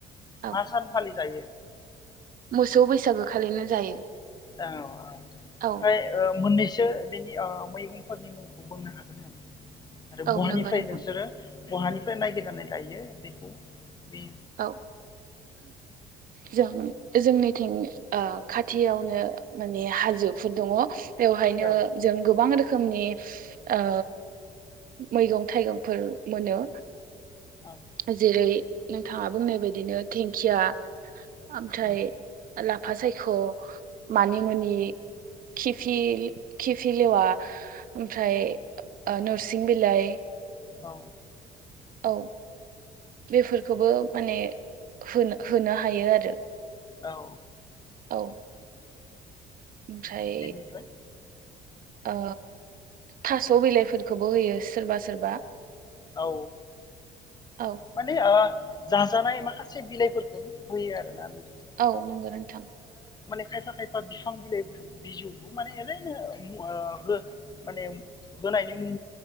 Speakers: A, on the right; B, on the left.
A: औ
B: मा सान खालि जायो।
A: मोसौ बैसागु खालिनो जायो।
B: औ औ ओमफ्राय
A: औ
B: मोननैसो। बिसोर बेनि मैगंफोरनि मुंखौ बुंनो हागोन नामा आरो
A: औ
B: बहानिफ्राय
A: नंगौ नोंथां
B: नोंसोरो। बहानिफ्राय नायगिरनानै लायो बैखौ बे।
A: औ। जों जोंनिथिं खाथियावनो माने हाजोफोर दङ। बेवहायनो
B: औ
A: जों गोबां रोख खोमनि ओ मैगं थाइगंफोर मोनो।
B: औ
A: जेरै नोंथांङा बुंनाय बायदिनो दिंखिया। ओमफ्राय
B: उम
A: लाफा सायख मानि मुनि। खिफि लेवा ओमफ्राय नोरसिं बिलाइ।
B: औ।
A: औ बेफोरखौबो माने होनो हायो आरो।
B: औ।
A: औ ओमफ्राय
B: बेनिफ्राय
A: ओ थास' बिलाइफोरखौबो होयो सोरबा सोरबा
B: औ
A: औ
B: माने आ जाजानाय माखासे बिलाइफोरखौनो होयो आरोना नोंथां
A: औ नोंगो नोंथां।
B: खायफा खायफा फिफां बिलाइ बिजौखौ माने ओरैनो ओम हो माने होनायनि मुं